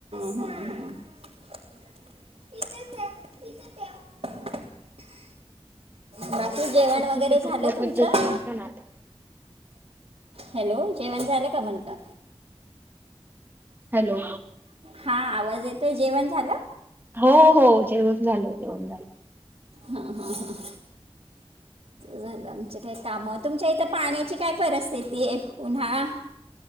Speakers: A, on the right (about 65°); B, on the right (about 20°).
A: <unintelligible> बाकी जेवण
B: तुमची
A: वगैरे
B: कुटुंब
A: झालं तुमचं
B: पद्धती सांगा ना आता
A: हॅलो जेवण झालं का म्हणलं
B: हॅलो
A: हा आवाज येतोय जेवण झालं
B: हो हो जेवण झालो जेवण झाल
A: हा हा हा झालं आम काय काम तुमच्या इथं पाण्याची काय परिस्थिती आहे उन्हाळा